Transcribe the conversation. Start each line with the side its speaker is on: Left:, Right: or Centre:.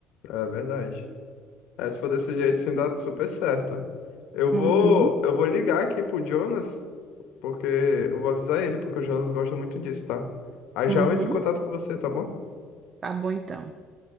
Left: é verdade. É, se for desse jeito, sim, dá super certo. Eu
Right: Uhum,
Left: vou, eu vou ligar aqui pro Jonas, porque eu vou avisar ele, porque o Jonas gosta muito disso, tá? Aí
Right: uhum.
Left: já eu entro em contato com você, tá bom?
Right: Tá bom então. Tchau.